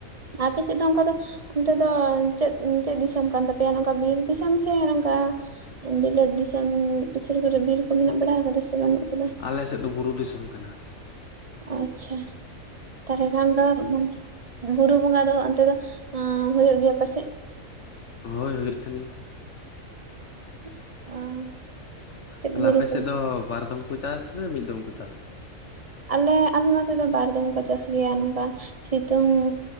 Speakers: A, on the right (about 35°); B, on the left (about 60°).
A: ᱟᱯᱮ ᱥᱮᱫ ᱫᱚ ᱚᱱᱠᱟ ᱫᱚ ᱚᱱᱛᱮ ᱫᱚ ᱪᱮᱫ ᱪᱮᱫ ᱫᱤᱥᱚᱢ ᱠᱟᱱ ᱛᱟᱯᱮᱭᱟ ᱱᱚᱝᱠᱟ ᱵᱤᱨ ᱫᱤᱥᱚᱢ ᱥᱮ ᱱᱚᱝᱠᱟ ᱵᱤᱞᱟᱹᱛ ᱫᱤᱥᱚᱢ ᱥᱩᱨ ᱠᱚᱨᱮ ᱵᱤᱨ ᱠᱚ ᱢᱮᱱᱟᱜ ᱵᱟᱲᱟ ᱟᱠᱟᱫᱟ ᱥᱮ ᱵᱟᱹᱱᱩᱜ ᱟᱠᱟᱫᱟ
B: ᱟᱞᱮ ᱥᱮᱫ ᱫᱚ ᱵᱩᱨᱩ ᱫᱤᱥᱚᱢ ᱠᱟᱱᱟ
A: ᱟᱪᱪᱷᱟ ᱛᱟᱦᱚᱞᱮ ᱠᱷᱟᱱ ᱫᱚ ᱵᱩᱨᱩ ᱵᱚᱸᱜᱟ ᱫᱚ ᱚᱱᱛᱮ ᱫᱚ ᱦᱩᱭᱩᱜ ᱜᱮᱭᱟ ᱟᱯᱮ ᱥᱮᱫ
B: ᱦᱚᱭ ᱦᱩᱭᱩᱜ ᱛᱟᱦᱮᱱ ᱜᱮᱭᱟ
A: <inaudible> ᱪᱮᱫ
B: ᱛᱟᱦᱞᱮ
A: ᱵᱩᱨᱩ
B: ᱟᱯᱮ
A: ᱠᱚ?
B: ᱥᱮᱫ ᱫᱚ ᱵᱟᱨ ᱫᱚᱢ ᱠᱚ ᱪᱟᱥᱟ ᱥᱮ ᱢᱤᱫ ᱫᱚᱢ ᱠᱚ ᱪᱟᱥᱟ
A: ᱟᱞᱮ ᱟᱞᱮ ᱱᱚᱛᱮ ᱫᱚ ᱵᱟᱨ ᱫᱚᱢ ᱠᱚ ᱪᱟᱥ ᱜᱮᱭᱟ ᱱᱚᱝᱠᱟ ᱥᱤᱛᱩᱝ